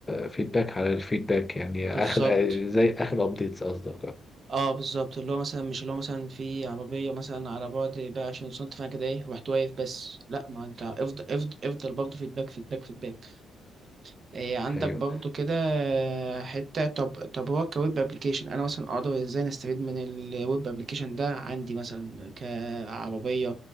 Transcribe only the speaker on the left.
فيدباك على الفيدباك يعني اخر
آه، زي اخر ابديتس قصدك آه.
ايوه